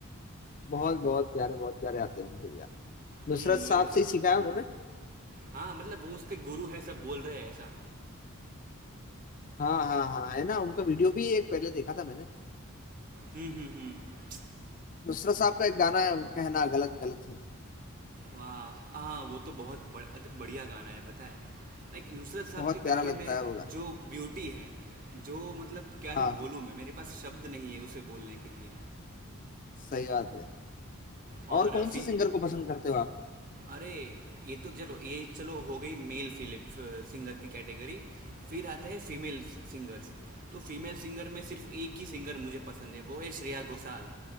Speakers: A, on the left; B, on the right.
A: बहुत बहुत प्यारे बहुत प्यारे आते हैं उनके भी गाने
B: हम्म
A: नुसरत साहब
B: वही तो
A: से ही सीखा है उन्होंने
B: हाँ मतलब वो उसके गुरु है सब बोल रहे हैं ऐसा
A: हाँ हाँ हाँ है ना उनका वीडियो भी एक पहले देखा था मैंने
B: हम्म हम्म हम्म
A: नुसरत साहब का एक गाना है वो कहना गलत गलत है
B: वाह हाँ वो तो बहुत बड़, अत- बढ़िया गाना है पता है लाइक नुसरत साहब
A: बहुत
B: के
A: प्यारा
B: गाने
A: लगता
B: में
A: है वो गाना
B: जो ब्यूटी है जो मतलब क्या
A: हाँ
B: ही
A: हाँ,
B: बोलूँ मैं मेरे पास शब्द नहीं है उसे बोलने के लिए
A: सही बात है
B: और
A: और कौन
B: फिर
A: से सिंगर को पसंद करते हो आप
B: अरे ये तो चलो ये चलो हो गई मेल फिलिप सिंगर की कैटेगरी फिर आते हैं फीमेल सिंगर्स तो फीमेल सिंगर में सिर्फ एक ही सिंगर मुझे पसंद है वो है श्रेया घोषाल